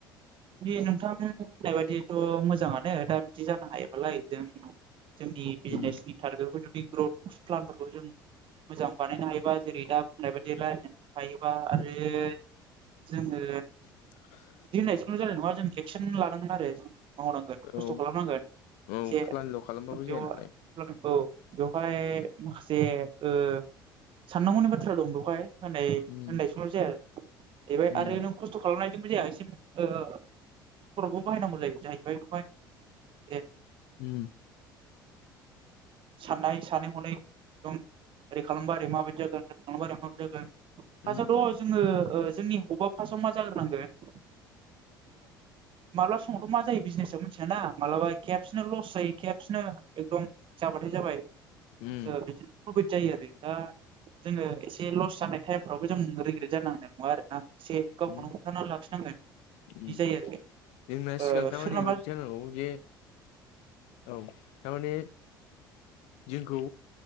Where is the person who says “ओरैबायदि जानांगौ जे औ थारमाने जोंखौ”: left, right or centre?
Left